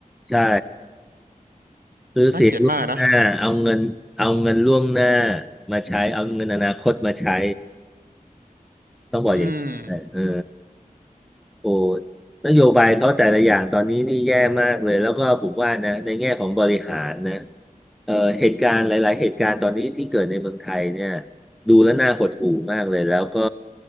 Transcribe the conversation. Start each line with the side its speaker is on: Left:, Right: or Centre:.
Centre: ใช่ซื้อเสียงล่วงหน้าเอาเงินเอาเงินล่วงหน้า
Right: น่าเกลียดมากนะ
Centre: มาใช้เอาเงินอนาคตมาใช้ต้องบอกอย่างนี้
Right: อืม
Centre: เออ โอ้นโยบายเขาแต่ละอย่างตอนนี้นี่แย่มากเลยแล้วก็ผมว่านะในแง่ของบริหารนะเอ่อเหตุการณ์หลายๆเหตุการณ์ตอนนี้ที่เกิดในเมืองไทยเนี่ยดูแล้วน่าหดหู่มากเลยแล้วก็